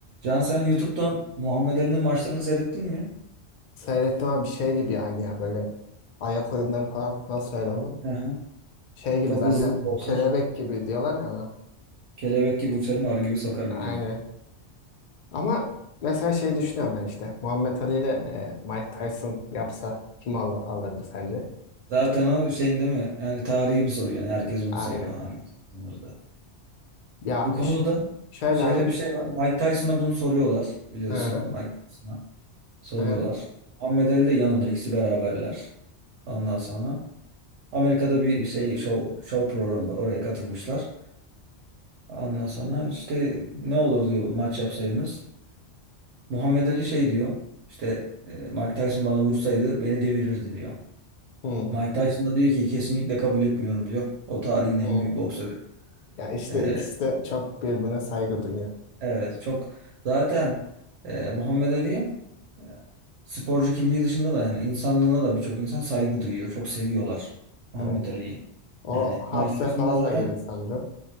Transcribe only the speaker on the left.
Seyrettim abi şey gibi yani ya böyle ayak oyunları falan nasıl öyle onun?
Şey gibi
zaten
kelebek gibi diyorlar ya ona.
Aynen.
Ama mesela şey düşünüyorum ben işte Muhammed Ali ile e, Mike Tyson yapsa kim alır, alırdı sence?
Çünkü
Aynen.
Ya
ş- şöyle
abi.
Hı,
hı,
hı,
hı.
Ya işte
ikisi de çok birbirine saygı duyuyor.
Evet.
O
hapse
falan
da girdi sanırım.